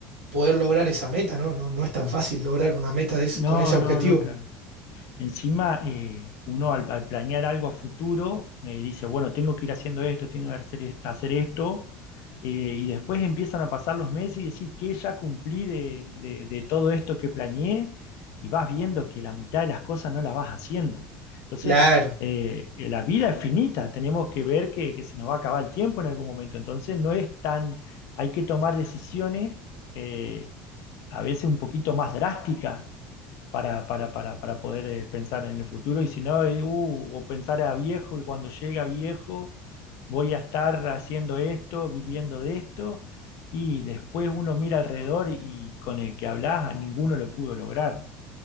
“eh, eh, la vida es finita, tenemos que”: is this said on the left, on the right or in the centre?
Left